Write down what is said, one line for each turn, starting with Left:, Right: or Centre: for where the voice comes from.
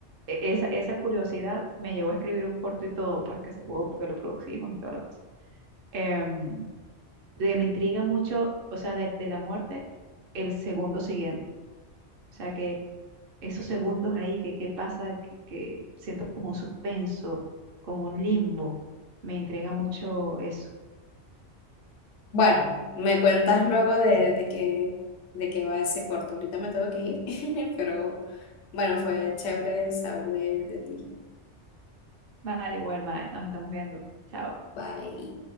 Right: e- esa, esa curiosidad me llevó a escribir un corto y todo, pues que se pudo, porque lo producimos y toda la cosa. Em, de que me intriga mucho, o sea, de, de la muerte, el segundo siguiente. O sea, esos segundos ahí que, que pasa, que, que siento como un suspenso, como un limbo, me entrega mucho eso.
Left: Bueno, me cuentas luego de, de que, de que va ese corto. Ahorita me tengo que ir, <laughs> pero bueno, fue chévere saber de, de ti.
Right: Vale, Wilma, nos estamos viendo. Chao.
Left: Bye.